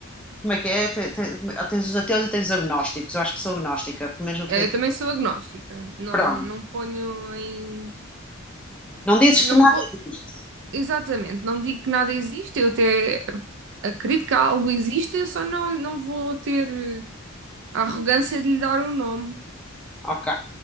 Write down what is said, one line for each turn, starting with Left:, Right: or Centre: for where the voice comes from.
Centre: como é que é? Te- te- Tens os ateus e tens os agnósticos. Eu acho que sou agnóstica, pelo menos não
Right: Eh,
Centre: teria.
Right: Eu também sou agnóstica, não,
Centre: Pronto.
Right: não ponho em.
Centre: Não dizes
Right: Não
Centre: que nada
Right: vou,
Centre: existe.
Right: Exatamente, não digo que nada existe, eu até acredito que algo existe, eu só não, não vou ter eh, a arrogância de lhe dar um nome.
Centre: Ok.